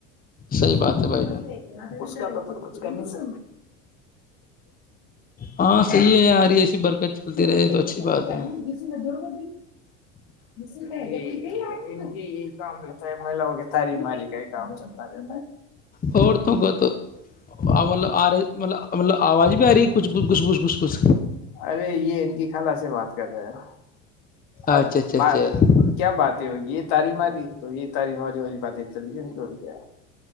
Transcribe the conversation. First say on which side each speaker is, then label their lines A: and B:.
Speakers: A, on the left (about 65°); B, on the left (about 25°).
A: <unintelligible>
B: صحیح بات ہے بھائی جان
A: چھ کر ج س
B: ہاں صحیح ہے یار ایسی برکت چلتی رہے
A: چ
B: تو اچھی بات
A: کر
B: ہے
A: جسے میں جڑ ب <inaudible> ان کی یہ کام رہتا ہے میلا ہوغ ساری ماری کا ہی کام چلتا رہ
B: عورتوں کو تو مطلب آ رہی مطلب مطلب آواز بھی آ رہی کچھچھ گھچھ گھس گھس گھھ
A: ارے یہ ان کی خالہ سے بات کر رہے ہیں اب
B: اچھا اچھا اچھا
A: بات کیا باتیں ہوگی یہ تاری ماری تو یہ تاری ماری والی بات ہی چل گئی ن کی کیا